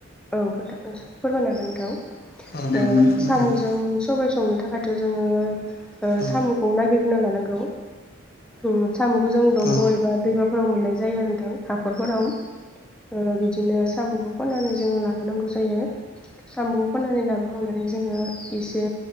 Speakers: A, in the centre; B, on the left (about 45°).
A: औ खोन्था फोरमायनो हागोन नोंथां
B: औ दे
A: ओ
B: अननानै फोरमायदो
A: साम'जों
B: होमबा
A: सबाय संनो थाखायथ' जोङो
B: औ
A: साम'खौ नागिरग्रोना लानांगौ उम साम'खौ जों दंग'
B: औ
A: एबा दैमाफोराव मोननाय जायो नोंथां हाखरफोराव ओ बिदिनो साम'खौ खननानै जोङो लाबोनांगौ जायो साम'खौ खननानै लाबोखांनानै जोङो एसे